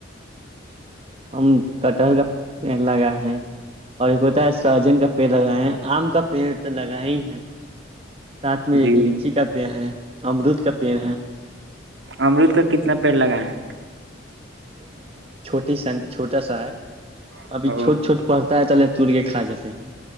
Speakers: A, on the right; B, on the right.
A: ہم کٹہر کا پڑ لگائے ہیں اور ایک ہوتا ہے سرجن کا پیڑ لگائے آم کا پیڑ تو لگائے ہی ہے ساتھ میں
B: جی
A: ایک لیچی کا پی ہے امرود کا پیڑ ہے
B: امرت کا کتنا پیڑ لگا ہے
A: چ س چھوٹا سا ہے
B: ہیں
A: ابھی چھوٹ چھوٹ پڑھتا پتا ہے تلب تور کے کا جاتے ہیں